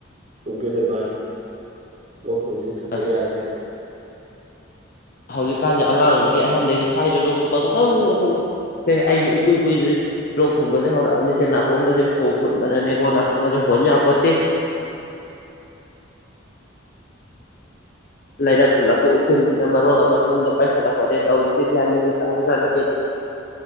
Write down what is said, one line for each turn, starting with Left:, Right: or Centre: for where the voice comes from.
Right: ꯊꯨꯡꯉꯦꯅꯦ ꯚꯥꯏ ꯂꯣꯛ ꯍꯧꯖꯤꯛ ꯊꯨꯡꯕꯅ
Left: ꯑꯁ
Right: ꯌꯥꯗ꯭ꯔꯦ
Left: <inaudible> ꯍꯧꯖꯤꯛꯀꯥꯟꯁꯦ ꯑꯉꯥꯡꯗꯒꯤ ꯑꯍꯟꯗꯒꯤ ꯈꯥꯏꯗ꯭ꯔꯦ ꯂꯣꯛꯁꯦ ꯄꯪꯊꯨꯡꯗ ꯊꯨꯡꯉꯦ ꯑꯦ ꯑꯩꯗꯤ ꯏꯀꯨꯏ ꯀꯨꯏꯗ꯭ꯔꯤ ꯂꯣꯛ ꯊꯨꯡꯕꯁꯦ ꯍꯧꯔꯛꯑꯕꯅꯤꯁꯦ ꯅꯥꯇꯣꯟꯒꯁꯦ ꯁꯣ ꯐꯨꯟꯕꯅꯅꯦꯀꯣ ꯅꯥꯇꯣꯟꯒꯁꯦ ꯍꯣꯟ ꯌꯥꯄꯣꯠꯇꯦ ꯂꯩꯔꯛ ꯈꯨꯜꯂꯛꯀꯤ ꯎꯐꯨꯟꯁꯤꯅ ꯃꯔꯣꯜ ꯑꯃ ꯏꯃꯨꯡꯗ ꯄꯥꯏꯁꯜꯂꯛꯄꯅꯦ ꯇꯧꯔꯤꯁꯦ ꯒ꯭ꯌꯥꯟ ꯃꯦꯟꯒ ꯇꯥꯕꯖꯥꯠ ꯅꯠꯇꯦꯗ